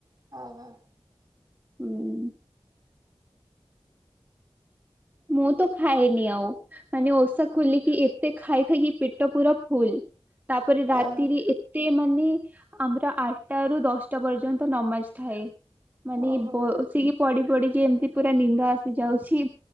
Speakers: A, on the right; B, on the right.
A: ଓ ହୋ।
B: ହୁଁ। ମୁଁ ତ ଖାଏନି ଆଉ ମାନେ ଓଷା ଖୋଲିକି ଏତେ ଖାଇ ଖାଇକି ପେଟ ପୁର ଫୁଲ୍। ତାପରେ ରାତିରେ
A: ଓହୋ
B: ଏତେ ମାନେ। ଆମର ଆଠଟା ରୁ ଦଶଟା ପର୍ଯ୍ୟନ୍ତ ନମାଜ ଥାଏ। ମାନେ
A: ଓହୋ
B: ବସିକି ପଡି ପଡିକି ଏମତି ପୁରା ନିନ୍ଦ ଆସିଯାଉ ଅଛି